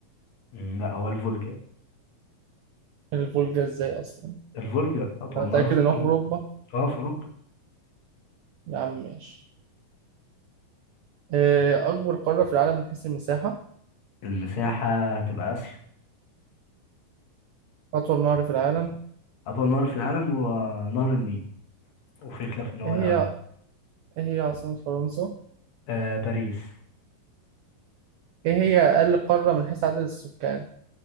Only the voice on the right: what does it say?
الفولجا ازاي أصلا
أتأكد
إن هو
في أوروبا
يا عم ماشي إيه أكبر قارة في العالم من حيث المساحة
أطول نهر في العالم
إيه هي
إيه هي عاصمة فرنسا
إيه هي أقل قارة من حيث عدد السكان